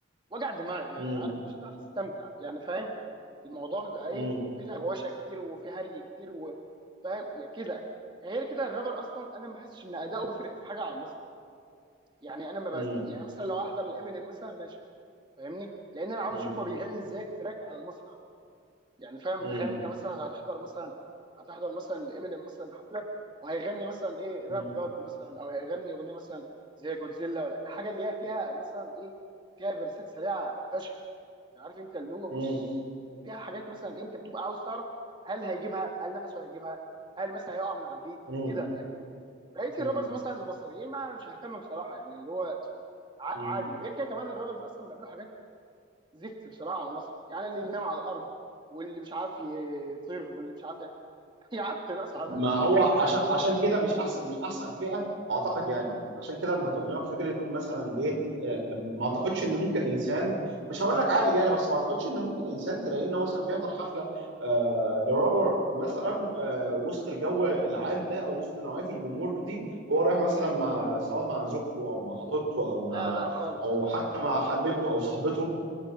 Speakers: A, on the right; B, on the right.
A: وجع دماغ يعني
B: مم.
A: عارف مش هتعرف تستمتع يعني فاهم الموضوع بيبقى ايه
B: مم.
A: في لغوشه كتير وفي هري كتير و- فاهم يا كده غير كده الرابر اصلا انا ما بحسش ان اداؤه بيفرق في حاجه على المسرح يعني انا ما
B: مم.
A: بس يعني مثلا لو احضر لامينيم مثلا ماشي فاهمني لان انا عاوز
B: مم.
A: اشوف هو بيغني ازاي التراك على المسرح يعني فاهم
B: مم.
A: تخيل انت مثلا هتحضر مثلا هتحضر مثلا لامينيم مثلا حفله وهيغني مثلا ايه
B: مم.
A: راب جاد مثلا او هيغني اغنيه مثلا زي جودزيلا ولا حاجه اللي هي فيها مثلا ايه فيها فيرسات سريعه فشخ عارف انت اللي هو
B: مم.
A: بص فيها حاجات مثلا إيه، انت بتبقى عاوز تعرف هل هيجيبها هل نفسه هيجيبها هل مثلا هيقع من على البيت
B: مم.
A: كده لكن بقيه
B: مم.
A: الرابرز مثلا المصريين ما مش ههتم بصراحه يعني اللي هو ع-
B: مم.
A: عادي غير كده كمان الرابرز اصلا بيعملوا حاجات زفت بصراحه على مصر يعني اللي ينام على الارض واللي مش عارف يطير واللي مش عارف <laughs> ي- يا عم ناقص هبل
B: ما هو عشان
A: فاهمني
B: عشان كده مش احسن مش احسن فئه اعتقد يعني عشان كده لما كنت بكلمك في فكره مثلا ديت آه، ما اعتقدش ان ممكن انسان مش هقول لك عاقل يعني بس ما اعتقدش ان ممكن انسان تلاقيه انه مثلا بيحضر حفله آه، لرابر مثلا آه، وسط الجو العام ده او وسط نوعيه الجمهور دي هو رايح مثلا مع سواء مع زوجته او مع خطيبته او مع
A: لا لا خالص
B: او حتى
A: خالص
B: مع حبيبته او صاحبته